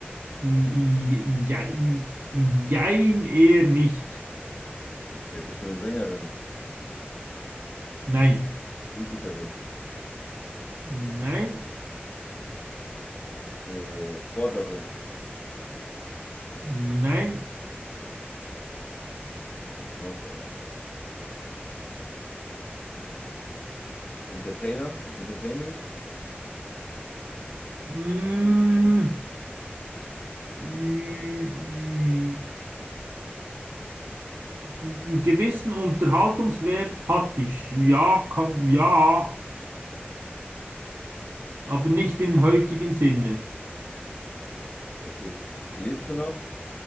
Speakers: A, on the right; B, on the left.
A: ja, äh, jein eher nicht.
B: Okay. Bist du eine Sängerin?
A: Nein,
B: Politikerin?
A: nein,
B: Äh, Sportlerin?
A: nein.
B: Gibt's noch, ey? Entertainer? Entertainment?
A: Mm, äh, einen gewissen Unterhaltungswert hatte ich. Ja, kann, ja, aber nicht im heutigen Sinne.
B: Okay. Lebst du noch?